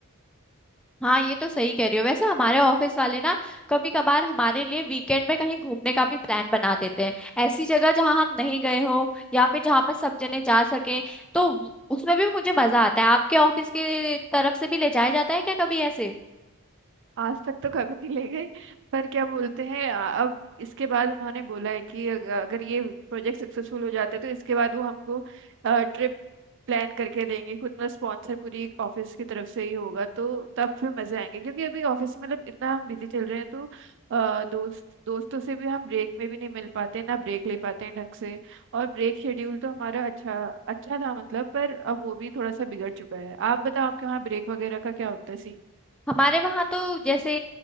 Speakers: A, in the centre; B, on the right.
A: हाँ ये तो सही कह रही हो वैसे हमारे ऑफिस वाले ना कभी कभार हमारे लिए वीकेंड में कहीं घूमने का भी प्लान बना देते हैं ऐसी जगह जहाँ हम नहीं गए हो या फिर जहाँ पर सब जने जा सके तो उसमें भी मुझे मजा आता है आपके ऑफिस के तरफ से भी ले जाया जाता है क्या कभी ऐसे
B: आज तक तो कभी नहीं ले गए पर क्या बोलते हैं अ- अब इसके बाद उन्होंने बोला है कि अग- अगर ये प्रोजेक्ट सक्सेसफुल हो जाता है तो इसके बाद वो हमको ट्रिप प्लान करके देंगे खुद मतलब स्पॉन्सर पूरी ऑफिस की तरफ से ही होगा तो तब फिर मजे आएंगे क्योंकि अभी ऑफिस में मतलब इतना हम बिजी चल रहे हैं तो अ, दोस्त दोस्तों से भी हम ब्रेक में भी नहीं मिल पाते ना ब्रेक ले पाते हैं ढंग से और ब्रेक शेड्यूल तो हमारा अच्छा अच्छा था मतलब पर अब वो भी थोड़ा सा बिगड़ चुका है आप बताओ आपके वहाँ ब्रेक वगैरह का क्या होता है सी
A: हमारे वहां तो जैसे